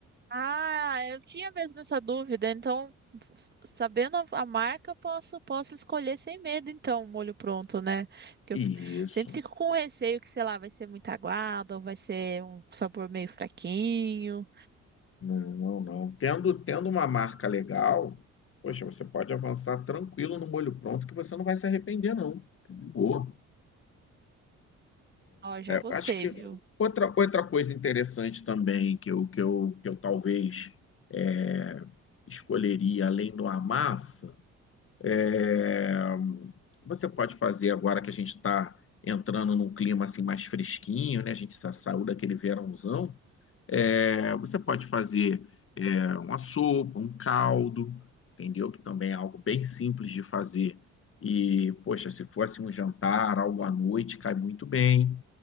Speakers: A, on the right; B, on the left.
A: Ah, eu tinha mesmo essa dúvida, então, sabendo a a marca, eu posso, posso escolher sem medo, então, o molho pronto, né? Porque
B: Isso.
A: eu f- sempre fico com receio que, sei lá, vai ser muito aguado, ou vai ser um sabor meio fraquinho.
B: Não, não, não. Tendo, tendo uma marca legal, poxa, você pode avançar tranquilo no molho pronto que você não vai se arrepender, não. É de boa.
A: Ó, já gostei,
B: Acho que
A: viu?
B: outra, outra coisa interessante também que eu, que eu, que eu talvez é, escolheria além do Amassa, é, você pode fazer agora que a gente está entrando num clima assim mais fresquinho, né? A gente sa- saiu daquele verãozão. É, você pode fazer é, uma sopa, um caldo, entendeu? Que também é algo bem simples de fazer. E, poxa, se fosse um jantar, algo à noite, cai muito bem,